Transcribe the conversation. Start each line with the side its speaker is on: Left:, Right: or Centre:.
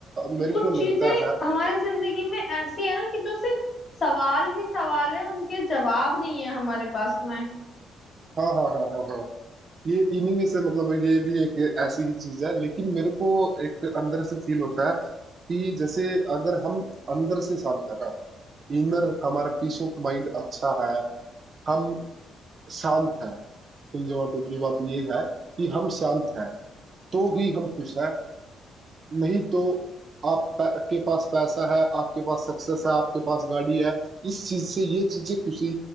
Right: मेरे
Left: कुछ
Right: को
Left: चीजें
Right: लगता है
Left: हमारी जिंदगी में ऐसी है ना कि जो सिर्फ सवाल ही सवाल है उनके जवाब नहीं है हमारे पास में
Right: हाँ हाँ हाँ हाँ हाँ ये इन्हीं में से मतलब ये भी एक ऐसी ही चीज है लेकिन मेरे को एक अंदर से फील होता है कि जैसे अगर हम अंदर से शांत है ना इनर हमारा पीस ऑफ माइंड अच्छा है हम शांत हैं टोटल बात ये है कि हम शांत हैं तो ही हम खुश हैं नहीं तो आप पै- के पास पैसा है आपके पास सक्सेस है आपके पास गाड़ी है इस चीज से ये चीजें खुशी